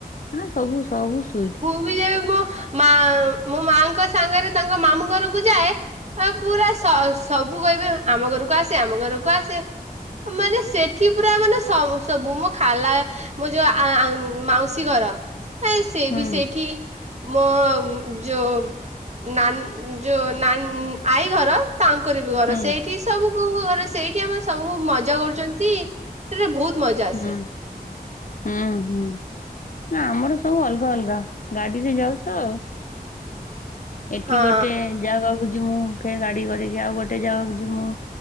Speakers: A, on the left; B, on the right.
A: ହଁ ସବୁ ସବୁ ସୁଇଟ।
B: ମୁଁଇ ଯେବେ ମୋ ମା ମୋ ମାଙ୍କ ସାଙ୍ଗରେ ତାଙ୍କ ମାମୁଁ ଘରକୁ ଯାଏ। ଆ ପୁରା ସବୁ କହିବେ ଆମ ଘରକୁ ଆସେ ଆମ ଘରକୁ ଆସେ। ମାନେ ସେଠି ପୁରା ମାନେ ସବୁ ସବୁ ମୁଁ ଖାଲା ମୋ ଯୋଉ ଆ ଆ ମାଉସୀ ଘର ଆ ସେ
A: ହୁଁ
B: ବି ସେଇଠି। ମୋ ଯୋ ନା ଯୋ ନା ଆଈ ଘର? ତାଙ୍କର ବି ଘର
A: ହୁଁ
B: ସେଇଠି ସବୁ କ ଘର ସେଇଠି ଆମେ ସବୁ ମଜା କରୁଛନ୍ତି। ସେରେ ବହୁତ ମଜା
A: ହୁଁ।
B: ଆସେ।
A: ହୁଁ ହୁଁ ନା ଆମର ସବୁ ଅଲଗା ଅଲଗା ଗାଡିରେ ଯାଉଛ ଆଉ। ଏଠି
B: ହଁ
A: ଗୋଟେ ଜାଗାକୁ ଯିମୁ ଫେର ଗାଡି କରିକି ଆଉ ଗୋଟେ ଜାଗାକୁ ଯିମୁ।